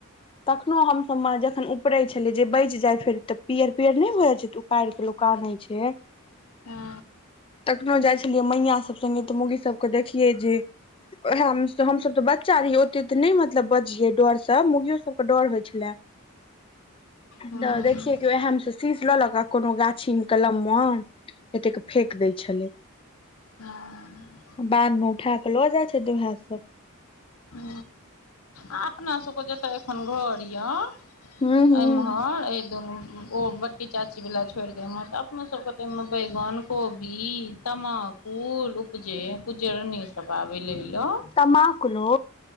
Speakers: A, on the left; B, on the left.
A: तखनो हमसभ म जखन उपरै छलै जे बचि जाय फेर तऽ पियर पियर नहि भ जाय छै उपायर के लोक आनै छै
B: हँ
A: कखनो जाय छलियै मैया सब संगे तऽ मौगी सबके देखियै जे उएह हमसभ तऽ बच्चा रहिय ओतेक तऽ नहि मतलब बजियै डरसँ मौगियो सबके डर होय छलेए
B: हँ
A: तऽ
B: हँ
A: देखिए क उहेएमे सु सीस लऽ लऽ क आ कोनो गाछी कलमम एतेक के फेेक दै छलै
B: हँ
A: बाद मे उठा क लऽ जाय छथि उहाए सब
B: हू आ अपनासभके जतय एखन घर यए ए
A: हूं हूं
B: एम्हर एहि दुनू ओ बट्टी चाचीवाला छोड़ि देऽमे तऽ अपनो सबके त अयमे बैगन कोबी तमाकु कुल उपजे कुजरनी सब आबै लै ल
A: तमा कुलो